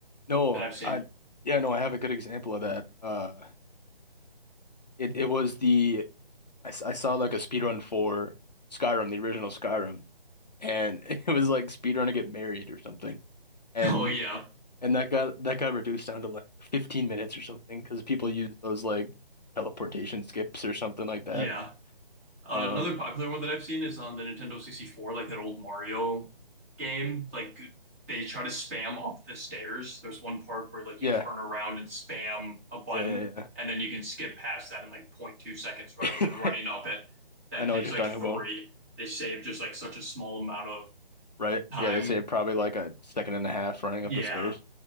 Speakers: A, on the left; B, on the right.
A: no,
B: that I've seen.
A: I
B: <laughs>
A: yeah, no, I have a good example of that. Uh, It it was the I, s- I saw like a speedrun for Skyrim, the original Skyrim, and <laughs> it was like speedrun to get married or something. And
B: Oh yeah,
A: and that got that got reduced down to like 15 minutes or something because people use those like teleportation skips or something
B: <laughs>
A: like that.
B: yeah. Uh,
A: Um
B: another popular one that I've seen is on the Nintendo 64, like that old Mario game. Like they try to spam up the stairs. There's one part where like
A: yeah.
B: you turn around and spam a button,
A: Yeah, yeah,
B: and then you can skip past that in like point two seconds rather
A: yeah.
B: than running up it.
A: <laughs>
B: That
A: I know
B: takes
A: what you're
B: like
A: talking
B: three.
A: about,
B: They save just like such a small amount of
A: right?
B: time.
A: Yeah, they say probably like a second and a half running
B: Yeah,
A: up the stairs.